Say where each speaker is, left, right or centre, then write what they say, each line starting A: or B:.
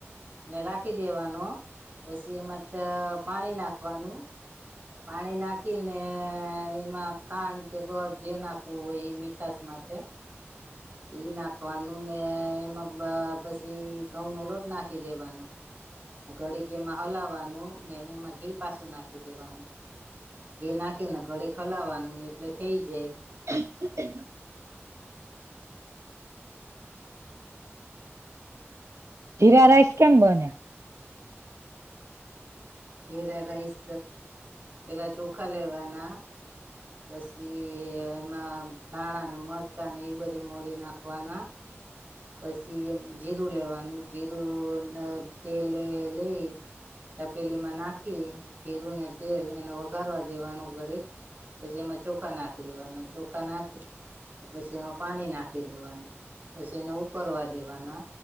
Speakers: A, on the right (about 40°); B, on the right (about 90°).
A: ને રાખી દેવાનો પછી એમાં ત પાણી નાખવાનું પાણી નાખીને એમાં ખાંડ કે ગળ જે નાખવું હોય એ મીઠાશ માટે ઈ નાખવાનું ને એમાં પ-પછી ઘઉં નો લોટ નાખી દેવાનો. અહ ઘડી ઘી એમાં હલાવવાનું ને એ એમાં ઘી પાછું નાખી દેવાનું. જે નાખે ને ઘળે ખલાવાનું એટલે થઈ જાય
B: એ જ જીરા રાઈસ કેમ બને્યા
A: જેેરા રાઈસ પેલા ચોખા લેવાના પછી એમાં ધાણા મરચાં ને એ બધે મોરી નાખવાના પછી એમ જીરું લેવાનું જીરુંને તેલ લઈ તપેલીમાં નાખી જીરું ને તેલ એને વઘારવા દેવાનું <inaudible> પછી એમાં ચોખા નાખી દેવાના ચોખા નાખી પછી એમાં પાણી નાખી દેવાનું પછી એને ઉરવા દેવાના